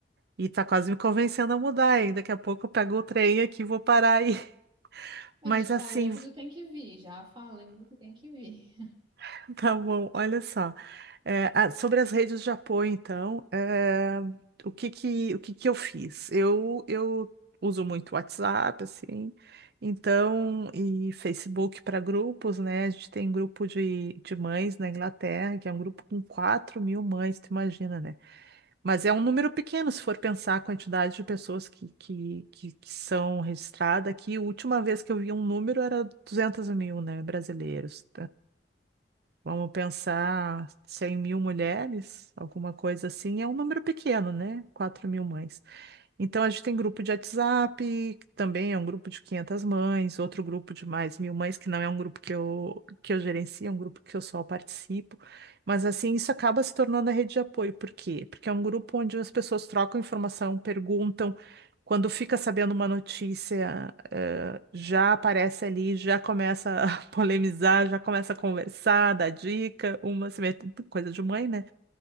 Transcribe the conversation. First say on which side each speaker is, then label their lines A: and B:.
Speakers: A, on the right; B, on the right.
A: e tá quase me convencendo a mudar, hein? Daqui a pouco eu pego o trem aqui e vou parar aí. <laughs>
B: Eu
A: Mas
B: já te
A: assim,
B: falei que tu tem que vir, já falei que tem que vir.
A: <laughs> Tá bom, olha só. É, ah, sobre as redes de apoio, então, é, o que que, o que que eu fiz? Eu, eu uso muito WhatsApp, assim, então, e Facebook para grupos, né? A gente tem grupo de, de mães na Inglaterra, que é um grupo com quatro mil mães, tu imagina, né? Mas é um número pequeno, se for pensar a quantidade de pessoas que, que, que, que são registradas aqui. A última vez que eu vi um número era duzentos mil, né, brasileiros. Vamos pensar cem mil mulheres, alguma coisa assim, é um número pequeno, né? Quatro mil mães. Então, a gente tem grupo de WhatsApp, que também é um grupo de 500 mães, outro grupo de mais mil mães, que não é um grupo que eu, que eu gerencio, é um grupo que eu só participo. Mas, assim, isso acaba se tornando a rede de apoio. Por quê? Porque é um grupo onde as pessoas trocam informação, perguntam. Quando fica sabendo uma notícia, eh, já aparece ali, já começa a <laughs> polemizar, já começa a conversar, dar dica, uma se mete- coisa de mãe, né?